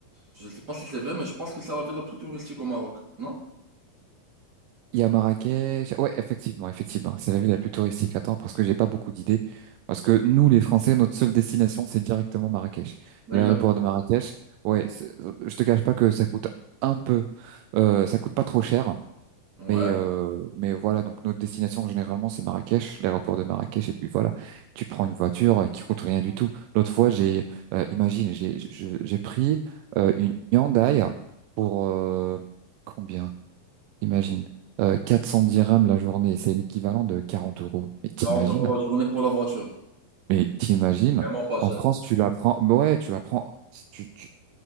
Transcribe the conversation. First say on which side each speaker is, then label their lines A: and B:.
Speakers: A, on the right; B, on the right.
A: Je sais pas si c'est vrai, mais je pense que c'est la ville la plus touristique au Maroc, non?
B: Il y a Marrakech. Ouais, effectivement, effectivement. C'est la ville la plus touristique. Attends, parce que j'ai pas beaucoup d'idées. Parce que nous, les Français, notre seule destination, c'est directement Marrakech.
A: Exactement.
B: L'aéroport de Marrakech. Ouais, c'est- je te cache pas que ça coûte un peu, euh, ça coûte pas trop cher.
A: Ouais,
B: Mais, euh, mais voilà, donc notre destination généralement c'est Marrakech, l'aéroport de Marrakech, et puis voilà, tu prends une voiture euh, qui coûte rien du tout. L'autre fois, j'ai, euh, imagine, j'ai, je- j'ai pris euh, une Hyundai pour euh, combien? Imagine. Euh, 410 dirhams la journée, c'est l'équivalent de 40 euros. Mais t'imagines?
A: 40 euros la journée pour la voiture.
B: Mais t'imagines?
A: Vraiment pas cher.
B: En France, tu la prends. mais Ouais, tu la prends. si tu- tu-